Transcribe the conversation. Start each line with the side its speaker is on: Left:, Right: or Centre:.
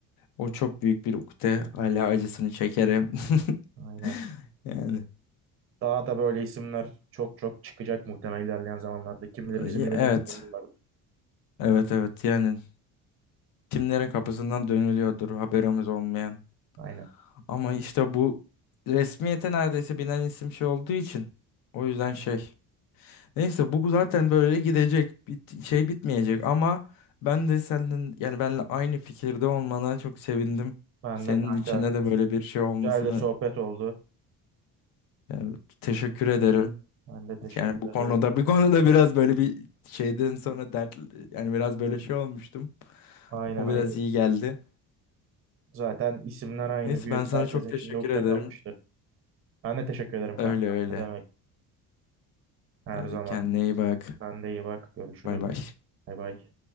Left: O çok büyük bir ukde. Hala acısını çekerim. <laughs>
Right: Aynen.
Left: Yani
Right: Daha da böyle isimler çok çok çıkacak muhtemelen ilerleyen zamanlarda. Kim bilir
Left: e,
Right: bizim bilmediğimiz
Left: evet.
Right: neler vardır.
Left: Evet evet yani kimlerin kapısından dönülüyordur haberimiz olmayan.
Right: Aynen.
Left: Ama işte bu resmiyete neredeyse binen isim şey olduğu için o yüzden şey. Neyse bu zaten böyle gidecek. Bit şey bitmeyecek ama ben de senin yani benle aynı fikirde olmana çok sevindim.
Right: Ben
Left: Senin
Right: de kanka.
Left: içinde de
Right: gü-
Left: böyle bir şey olmasını
Right: Güzel de sohbet oldu.
Left: yani teşekkür ederim.
Right: Ben de teşekkür
Left: Yani bu konuda
Right: ederim.
Left: bir konuda biraz böyle bir şeyden sonra dert yani biraz böyle şey olmuştum.
Right: Aynen
Left: O
Right: aynen.
Left: biraz iyi geldi.
Right: Zaten isimler aynı
Left: Neyse
Right: büyük.
Left: ben sana
Right: herkesin
Left: çok teşekkür
Right: içinde ukde
Left: ederim.
Right: kalmıştı. Ben de teşekkür ederim
Left: Öyle
Right: kanka.
Left: öyle.
Right: Ne demek her
Left: Hadi
Right: zaman.
Left: kendine iyi bak.
Right: Sen de iyi bak. Görüşürüz.
Left: Bay bay.
Right: Bay bay.